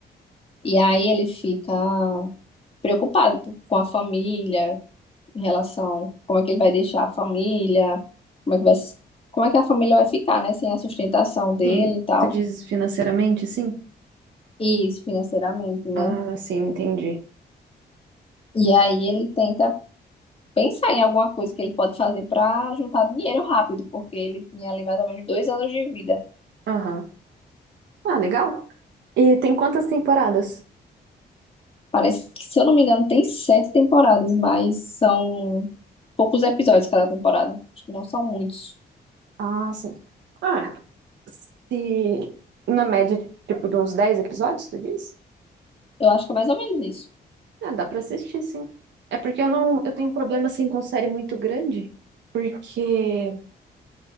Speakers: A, on the left; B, on the right.
A: E aí ele fica preocupado por- com a família, em relação como é que ele vai deixar a família, como é que vai, s- como é que a família vai ficar, né, sem a sustentação dele
B: sim.
A: e tal.
B: Tu diz financeiramente, sim?
A: E isso financeiramente, né?
B: Ah, sim, entendi.
A: E aí ele tenta pensar em alguma coisa que ele pode fazer para juntar dinheiro rápido, porque ele tinha ali mais ou menos dois anos de vida.
B: Aham. Ah, legal. E tem quantas temporadas?
A: Parece que, se eu não me engano, tem sete temporadas, mas são poucos episódios cada temporada. Acho que não são muitos.
B: Ah, sim. Ah, se na média, tipo, de uns 10 episódios, tu diz?
A: Eu acho que é mais ou menos isso.
B: Ah, dá pra assistir, sim. É porque eu não, eu tenho um problema assim com série muito grande, porque